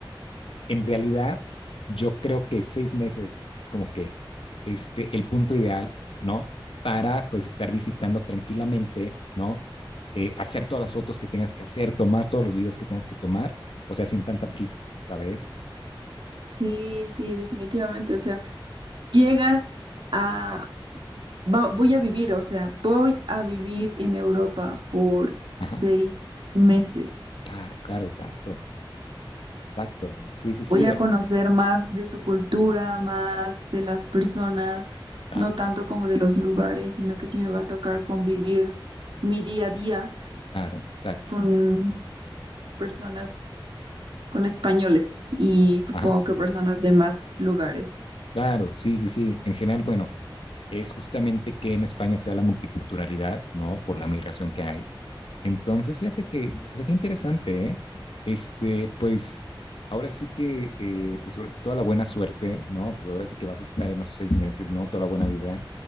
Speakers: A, on the left; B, on the right.
A: en realidad yo creo que seis meses es como que este, el punto ideal, ¿no? Para pues estar visitando tranquilamente, ¿no? Eh, hacer todas las fotos que tengas que hacer, tomar todos los videos que tengas que tomar, o sea, sin tanta prisa, ¿sabes?
B: Sí, sí, definitivamente, o sea, llegas a va- voy a vivir, o sea, voy a vivir en Europa por
A: Ajá.
B: seis meses.
A: Claro, claro, exacto, exacto. Sí, sí,
B: Voy
A: sí,
B: a
A: o-
B: conocer más de su cultura, más de las personas,
A: ah,
B: no tanto como de los lugares, sino que sí me va a tocar convivir mi día a día
A: claro, exacto.
B: con personas, con españoles y supongo
A: Ajá,
B: que personas de más lugares.
A: claro, sí, sí, sí. En general, bueno, es justamente que en España sea la multiculturalidad, ¿no? Por la migración que hay. Entonces, fíjate que, o sea, qué interesante, ¿eh? Este, pues, ahora sí que, eh, pues, sobre- toda la buena suerte, ¿no? Pues ahora sí que vas a estar en los seis meses, ¿no? Toda la buena vibra.